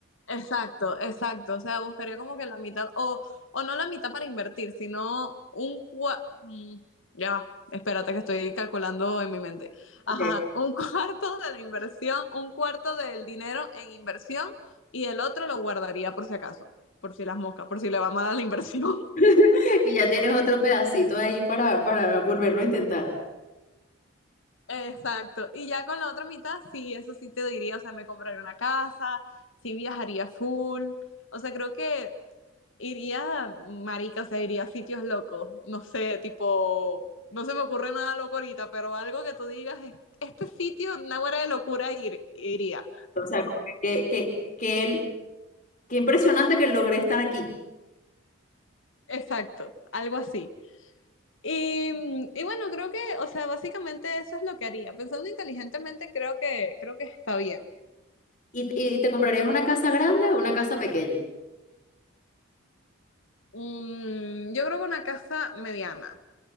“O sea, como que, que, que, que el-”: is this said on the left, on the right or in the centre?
Left